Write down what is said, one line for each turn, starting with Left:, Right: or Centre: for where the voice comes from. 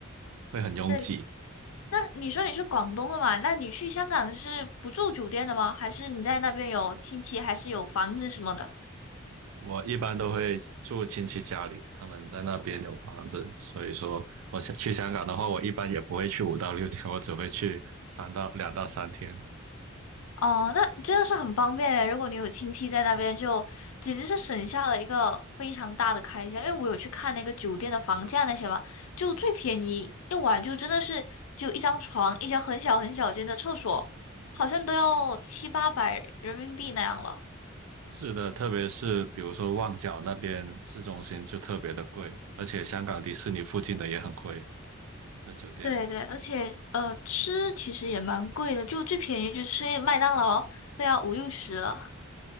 Right: 会很拥挤。
Left: 对，那你说你是广东的嘛？那你去香港是不住酒店的吗？还是你在那边有亲戚，还是有房子什么的？
Right: 我一般都会住亲戚家里，他们在那边有房子，所以说我想去香港的话，我一般也不会去五到六天，我只会去三到两到三天。
Left: 哦，那真的是很方便诶。如果你有亲戚在那边就，简直是省下了一个非常大的开销。因为我有去看那个酒店的房价那些嘛，就最便宜一晚就真的是就一张床，一间很小很小间的厕所，好像都要七八百人民币那样了。
Right: 是的，特别是比如说旺角那边市中心就特别的贵，而且香港迪士尼附近的也很贵，那酒店。
Left: 对对，而且呃，吃其实也蛮贵的，就最便宜就吃麦当劳都要五六十了。